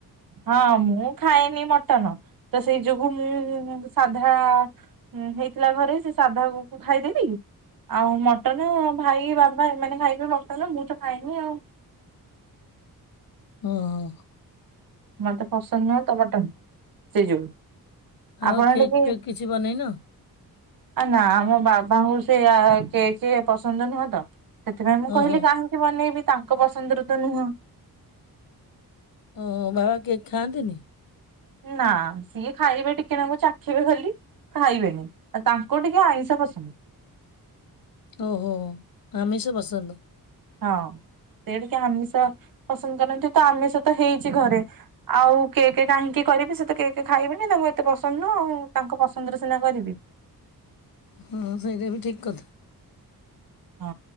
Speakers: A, on the right; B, on the left.
A: ହଁ ମୁଁ ଖାଏନି ମଟନ୍ ତ ସେଇ ଯୋଗୁ ମୁଁ-ଉ-ଉ-ଉ ସାଧା-ଆ-ଆ ହୁଁ ହେଇଥିଲା ଘରେ ସେ ସାଧା କୁ କୁ ଖାଇଦେଲି। ଆଉ ମଟନ୍ ଭାଇ, ବାବା ଏମାନେ ଖାଇବେ ମଟନ ମୁଁ ତ ଖାଇନି ଆଉ।
B: ହଁ-ଅ-ଅ।
A: ମତେ ପସନ୍ଦ ନୁହଁ ତ ମଟନ୍ ସେଇ ଯୋଗୁ।
B: ଆଉ
A: ଆପଣ
B: କେକ୍
A: ଟିକେ
B: ଫେକ୍ କିଛି ବନେଇନ
A: ଆ ନା ମ ବାବାଙ୍କୁ ସେ ଆ-ଆ କେଏକେ ପସନ୍ଦ ନୁହଁ ତ। ସେଥିପାଇଁ ମୁଁ
B: ଓହୋ
A: କହିଲି କାହିଁକି ବନେଇବି ତାଙ୍କ ପସନ୍ଦର ତ ନୁହଁ।
B: ଓ-ଓ ବାବା କେକ୍ ଖାଆନ୍ତିନି?
A: ନା ସିଏ ଖାଇବେ ଟିକେ ନାଖୁ ଚାଖିବେ ଖାଲି। ଖାଇବେନି ତାଙ୍କୁ ଟିକେ ଆଇଁଷ ପସନ୍ଦ।
B: ଓହୋ ଆମିଷ ପସନ୍ଦ।
A: ହଁ ସେଇ ଟିକେ ଆମିଷ ପସନ୍ଦ କରନ୍ତି। ତ ଆମିଷ ତ ହେଇଛି ଘରେ। ଆଉ କେକ୍ କାହିଁକି କରିବି ସେ ତ କେକ୍ ଖାଇବେନି ତାଙ୍କୁ ଏତେ ପସନ୍ଦ ନୁହ ତାଙ୍କ ପସନ୍ଦର ସିନା କରିବି।
B: ହଁ ସେଇଠା ବି ଠିକ କଥା।
A: ହଁ